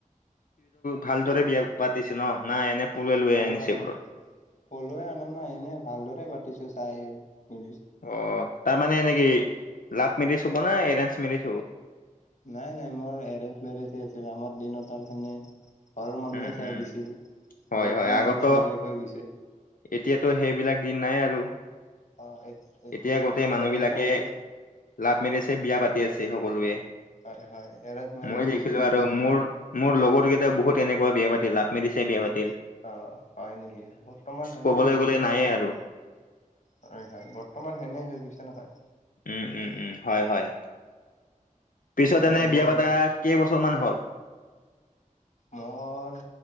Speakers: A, on the left; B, on the left.
A: ভালদৰে বিয়া পাতিছে ন নাই এনে- পলুৱাই লৈ
B: হয়
A: আনিছে
B: হয়
A: ঘৰত?
B: পলুৱাই আন নাই এনে ভালদৰে পাতিছোঁ চাই- মিলি
A: অ তাৰ মানে নেকি লাভ এৰিঞ্চ হব নে এৰেঞ্চ মেৰিজ হব।
B: নাই নাই মোৰ এৰেঞ্জ মেৰেজ এহ আছিল আমাৰ দিনত আৰু সেনে ঘৰৰ মানুহে
A: উম
B: চাই
A: উম
B: দিছিল
A: হয়
B: বৰ্তমানহে
A: হয় আগতো
B: বেলেগ হৈ গৈছে।
A: এতিয়াতো সেইবিলাক দিন নাই আৰু
B: অ এতিয়াৰ
A: এতিয়া গোটেই
B: সেই
A: মানুহবিলাকে
B: এৰেঞ্জ মেৰেজটো
A: লাভমেৰিজয়ে বিয়া পাতি পাতি আছে সকলোৱে
B: হয় হয় এৰেঞ্জ মেৰেজটো
A: মই দেখিলোঁ
B: উঠি
A: আৰু
B: গৈছে
A: মোৰ মোৰ লগৰ কেইটাক বহুত তেনেকুৱা বিয়া পাতি লাভ মেৰিচ এহ বিয়া পাতি
B: অ হয় নেকি বৰ্তমান হেনে
A: ক'বলৈ
B: হৈ গৈছে।
A: গ'লে নায়ে আৰু।
B: হয় হয় বৰ্তমান হেনে হৈ গৈছে নহয়।
A: উম উম উম হয় হয়। পিছত
B: মানুহবোৰে
A: এনে বিয়া পাতা
B: বিচাৰে
A: কেইবছৰমান হ'ল।
B: মোৰ